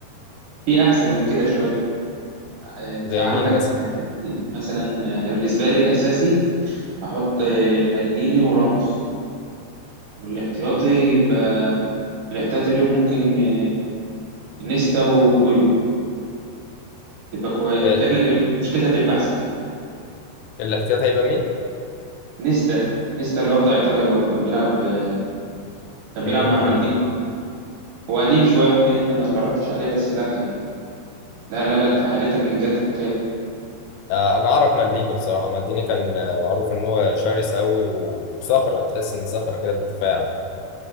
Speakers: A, on the right; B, on the left.
A: في احسن من كده شويه آه،
B: زي
A: انت عندك
B: مين مثلا
A: مثلا انا بالنسبه لي الاساسي احط آه، مالديني وراموس والاحتياطي يبقى الاحتياطي اليوم ممكن آه، نيستا وبويول تبقى كويس
B: آه،
A: بتاكل هتبقى مشكلتها هتبقى احسن كده
B: الاحتياطي هيبقى مين؟
A: نيستا نيستا اللي هو بتاع ايطاليا برضه كان بيلعب آه، كان بيلعب
B: مم.
A: مع مالديني هو قديم شويه ممكن انت ما اتفرجتش عليه بس لا كان لا لا لا كان عليه تاكلينجات حكايه
B: آه، انا اعرف مالديني بصراحه مالديني كان آه، معروف ان هو شرس قوي و- وصخره تحس ان صخره كده في الدفاع